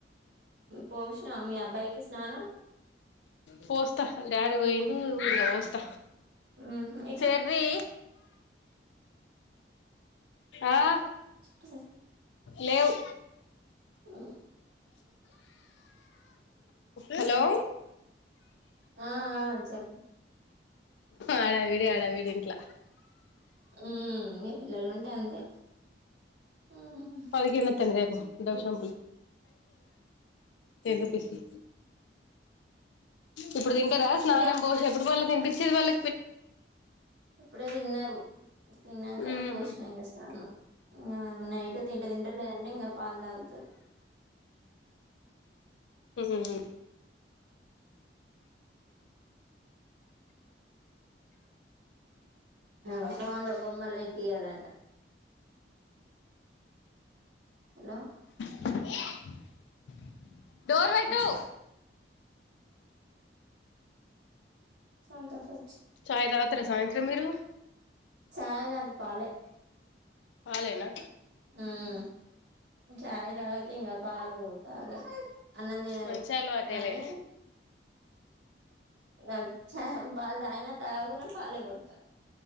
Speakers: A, on the right; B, on the left.
A: పోసినవా మీ అబ్బాయికి స్నానం.
B: పోస్త ఆళ్ల డాడీ పోయిండు పోస్ స్త
A: మ్మ్ హు ఇట్రా
B: చెర్రీ ఆ
A: చెట్టు చెట్టు
B: లేవు
A: ఆ
B: హలో
A: ఆ ఆ చెప్పు
B: హడావిడి హడావిడి ఇంట్ల
A: మ్ ఇగ పిల్లలుంటే అంతే మ్మ్
B: <unintelligible> రేపు దోషం టెన్ రుపీస్ ఈ ఇప్పుడు తింటరా స్నానం
A: ఇదా
B: పోషి ఎప్పుడు మళ్ళ తిన్పించేది వాళ్ళ
A: ఇప్పుడే తిన్నరు. తిన్నంకనే
B: ఉహు
A: పోషిన ఇగ స్నానం ఆ నైట్ తింటే తింటరు లేదంటే పాలు తాగుతరు.
B: హ్
A: అ ఫోన్లో బొమ్మల్ పెట్టియ్యాలంట. హలో
B: అ డోర్ వెట్టు
A: కూర్చో సౌండ్ తక్కో
B: చాయ్ తాగుతరా సాయంత్రం మీరు
A: చాయ్ కాదు పాలే
B: పాలేనా
A: మ్ చాయ్ తాగుతే ఇంగా పాలు తాగరు. అన్నం తినరు
B: మంచి అలవాటే
A: అని
B: లే
A: గ చ పాల్ తాగిన తగకున్న పాలే పోత్త